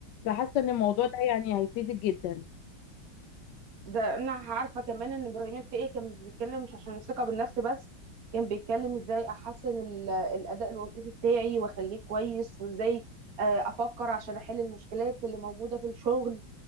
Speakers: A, on the left (about 70°); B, on the right (about 50°).
A: فحاسه ان الموضوع ده يعني هيفيدك جدا
B: ده انا عارفه كمان ان ابراهيم الفقي كان بيتكلم مش عشان الثقه بالنفس بس كان بيتكلم ازاي احسن ال- الاداء الوظيفي بتاعي واخليه كويس وازاي آه، افكر عشان احل المشكلات اللي موجوده في الشغل